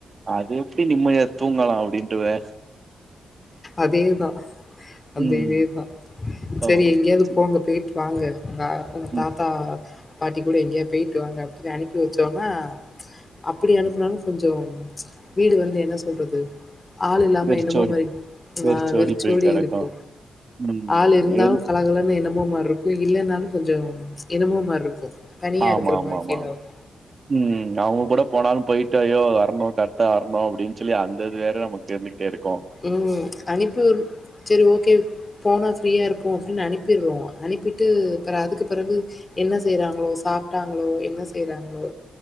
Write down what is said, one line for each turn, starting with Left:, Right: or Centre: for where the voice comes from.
Right: அது எப்டி நிம்மதியா தூங்கலா அப்டின்ட்டுவே
Left: அதேதா அந்த
Right: ம்
Left: இதே தா செரி
Right: ஓ
Left: எங்கேயாது
Right: செரி
Left: போங்க போய்ட்டு வாங்க உங்கா உங்க
Right: ம்
Left: தாத்தா பாட்டி கூட எங்கயா போய்ட்டு வாங்க அப்டின் அனுப்பி வச்சோனா அப்பிடி அனுப்புனாலு கொஞ்சோ வீடு வந்து என்ன சொல்றது ஆள் இல்லாம
Right: வெறிச்சோடி
Left: என்னமோ மாரி
Right: போய்
Left: <unintelligible> வெறிச்சோடி
Right: போய் கெடக்கு
Left: இருக்கு
Right: ம்
Left: ஆள் இருந்தாலு
Right: என்
Left: கலகலன் என்னமோ மார்ருக்கு இல்லனாலு கொஞ்சொ என்னமோ மார்ருக்கு தனியாருக்குற
Right: ஆமா ஆமா
Left: மாரி
Right: ஆமா
Left: ஃபீல் ஆகு
Right: ம் அவுங்க கூட போனாலு போய்ட்டு ஐய்யோ வர்னு கர்ட்டா வர்னு அப்டின் சொல்லி அந்த இது வேற நமக் கிருந்துகிட்டேருக்கு
Left: ம் அனுப்பி வு செரி ஓகே போனா ஃப்ரீயாருக்கு அப்டின் அனுப்பிருவோ அனுப்பிட்டு அப்றோ அதுக்கு பெறவு என்ன செய்றாங்ளோ சாப்ட்டாங்ளோ என்ன செய்றாங்ளோ